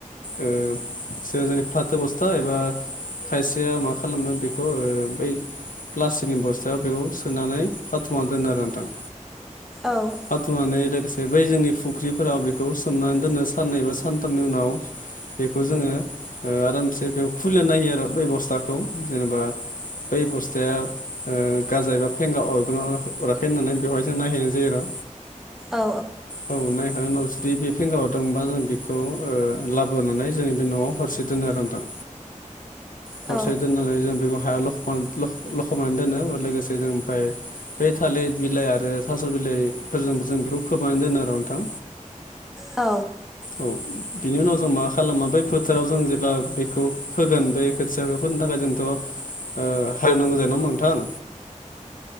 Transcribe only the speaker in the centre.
औ।
औ
औ
औ